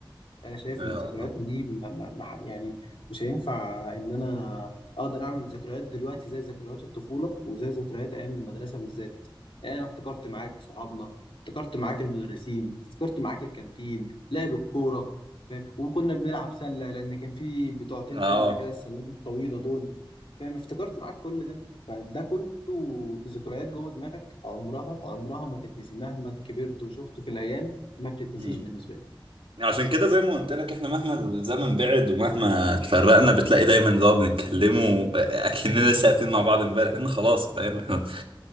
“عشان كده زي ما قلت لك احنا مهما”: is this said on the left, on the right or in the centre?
Right